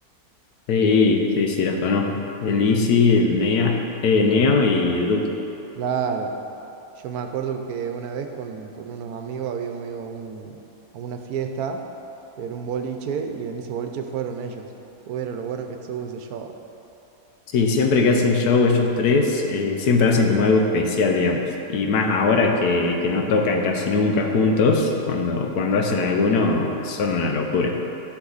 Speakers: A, on the left (about 75°); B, on the right (about 75°).
A: Sí, sí, sí, los conozco. El Easy, el Nea, eh, Neo y el Duki.
B: Claro, yo me acuerdo que una vez con, con unos amigos habíamos ido a, un- a una fiesta, era un boliche y en ese boliche fueron ellos. Uy, era lo bueno que estuvo ese show.
A: Sí, siempre que hacen show ellos tres, eh, siempre hacen como algo especial, digamos. Y más ahora que, que no tocan casi nunca juntos, cuando, cuando hacen alguno, son una locura.